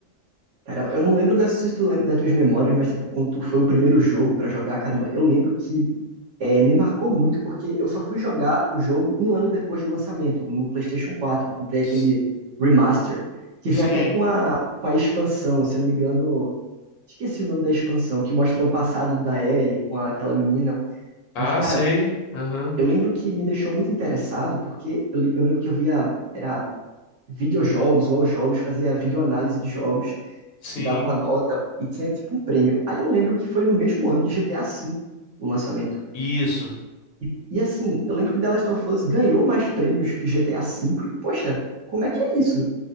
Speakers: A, on the right (about 55°); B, on the left (about 85°).
A: Caramba, eu não lembro dessas, se tu lembra das tuas memórias, mas tipo, quando tu foi o primeiro jogo pra jogar, caramba, eu lembro que é, me marcou muito porque eu só fui jogar o jogo um ano depois do lançamento, no PlayStation quatro Eu comprei aquele
B: S-
A: remaster, que
B: Sim.
A: vinha até com a, com a expansão, se eu não me engano, esqueci o nome da expansão, que mostra o passado da Ellie com aquela menina.
B: Ah,
A: Mas, cara,
B: sei. Aham.
A: eu lembro que me deixou muito interessado porque eu, li- eu lembro que eu via, era videojogos ou aos jogos, fazia videoanálise de jogos
B: Sim.
A: e dava uma nota e tinha tipo um prêmio. Aí eu lembro que foi no mesmo ano de GTA V o lançamento.
B: Isso.
A: E, e assim, eu lembro que The Last of Us ganhou mais prêmios que GTA V e, poxa, como é que é isso?